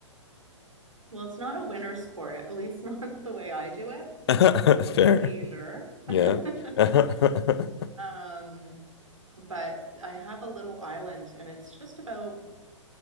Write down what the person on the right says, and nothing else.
Well, it's not a winter sport, at least <laughs> not the way I do it.
I'm
pretty leisure.
<laughs>
Um, but I have a little island and it's just about,